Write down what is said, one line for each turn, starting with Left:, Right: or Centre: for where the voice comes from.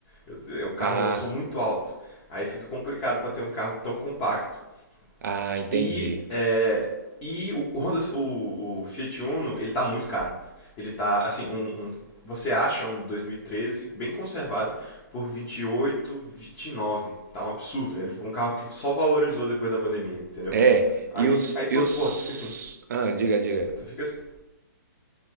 Left: Eu, eu, o carro,
Right: Ah,
Left: eu sou muito alto. Aí fica complicado para ter um carro tão compacto
Right: ah, entendi.
Left: e, é, e o, Honda, o, o Fiat Uno, ele tá muito caro. Ele tá, assim, um, um você acha um de 2013 bem conservado por 28, 29. Tá um absurdo. né? Ele foi um carro que só valorizou depois da pandemia, entendeu?
Right: É,
Left: Aí,
Right: e os,
Left: aí porra,
Right: e os...
Left: tu fica assim.
Right: Ah, diga, diga.
Left: Tu fica assim.